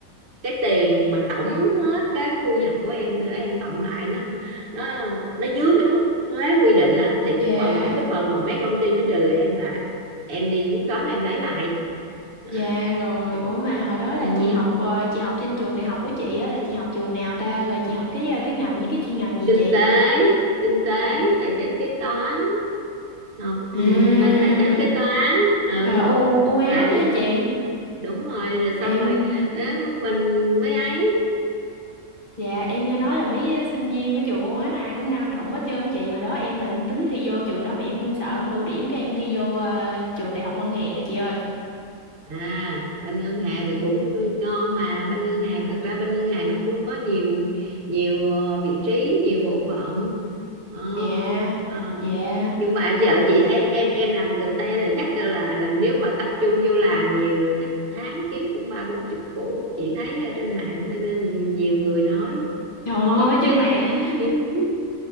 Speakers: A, on the right (about 50°); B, on the left (about 40°).
A: cái tiền mà tổng hết các thu nhập của em từ em cộng lại nó nó nó dưới cái mức thuế quy định á thì
B: dạ
A: cái phần mấy cái phần mà mấy công ty nó trừ em là em đi quyết toán em lấy lại đó.
B: dạ rồi ủa mà hồi đó là
A: Ừ.
B: chị học ờ, chị học trên trường đại học của chị á là chị học trường nào ta rồi chị học cái ờ, cái ngành với cái chuyên ngành gì
A: kinh
B: chị
A: tế kinh
B: dạ
A: tế tài chính kế toán học
B: à
A: ừ, bên tài chính kế toán ừ
B: ờ, U U- UAH
A: vậy
B: hả chị
A: đúng rồi rồi xong
B: em
A: rồi để mình mới ấy
B: dạ em nghe nói là mấy sinh viên của trường u UAH ai cũng năng động hết trơn chị hồi đó em là em tính thi vô trường đó mà em sợ không đủ điểm cái em thi vô ờ, trường đại học ngân hàng á chị ơi
A: à bên ngân hàng thì cũng ngon mà bên ngân hàng thật ra bên ngân hàng nó cũng có nhiều nhiều ờ, vị trí nhiều bộ phận Ờ,
B: dạ
A: ờ,
B: dạ
A: nhưng mà giờ chị thấy em em làm content là chắc là là nếu mà tập trung vô làm nhiều là chắc tháng kiếm cũng ba bốn chục củ chị thấy ở trên mạng ở trên nhiều, nhiều người nói
B: trời
A: có
B: ơi
A: mấy
B: trên
A: cái
B: mạng
A: <laughs>